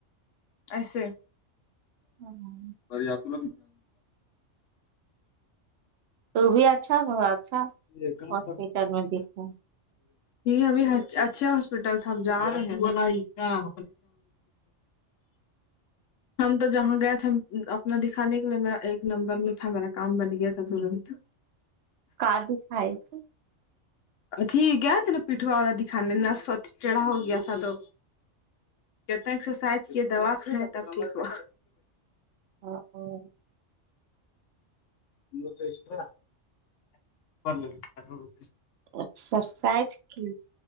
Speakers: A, on the left (about 80°); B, on the right (about 65°).
A: ایسے
B: ہاں ہاں
A: اریا ت ج
B: تو بھی اچھا ب اچھا
A: یہ کہاں
B: ہاسپٹل
A: پ
B: میں دکھا
A: یہ ابھی اچھے ہاسپٹل تھ ہم جا رہے ہیں ہاں
B: ج
A: ہم تو جہاں گئے تھ اپنا دکھانے کے لیے میرا ایک نمبر میں تھا میرا کام بن گیا تھا ترنت
B: ک دھا ہے تھ
A: ا تھی گیا تین پیٹھوا والا دکھانے ن سو چڑا ہو گیا تھا تو کتنا ایکسرسائز کیے دوا کھان تب ٹھیک ہو
B: ہاں اور
A: س
B: اسرسائز کی